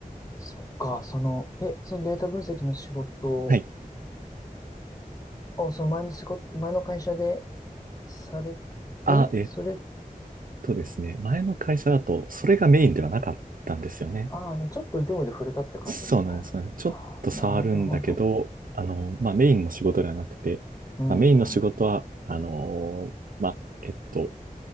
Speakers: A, on the left; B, on the right.
A: そっか、その、え、そのデータ分析の仕事
B: <laughs> はい。
A: あ、そう、前の仕事、前の会社でされて、
B: <laughs> あ、えっ
A: それ、
B: とですね、前の会社だとそれがメインではなかったんですよね。
A: ああ、でもちょっと業務で触れたって感じですか
B: そうなんですね。ちょっと触るんだけど、
A: なるほど。
B: あの、まあ、メインの仕事ではなくて、
A: うんうん。
B: まあ、メインの仕事は、あのまあ、えっと、